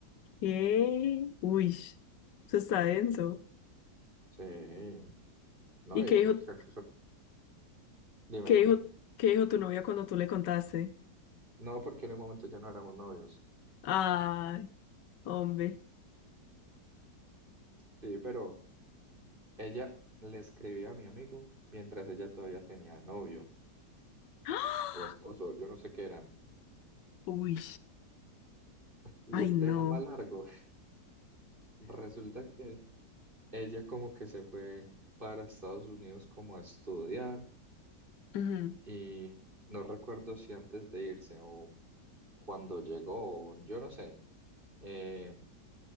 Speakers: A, on the left; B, on the right.
A: ¿qué? Uy, eso está denso.
B: Sí, no,
A: ¿Y
B: y-
A: qué dijo,
B: <laughs> dime,
A: qué
B: dime.
A: dijo, qué dijo tu novia cuando tú le contaste?
B: No, porque en el momento ya no éramos novios.
A: Ay, hombre.
B: Sí, pero ella le escribía a mi amigo mientras ella todavía tenía novio
A: ¡Ah!
B: o esposo, yo no sé qué eran.
A: Uy.
B: Y
A: Ay,
B: el
A: no.
B: tema es más largo. <laughs> Resulta que ella como que se fue para Estados Unidos como a estudiar
A: Ujú.
B: y no recuerdo si antes de irse o cuando llegó, o yo no sé. eh,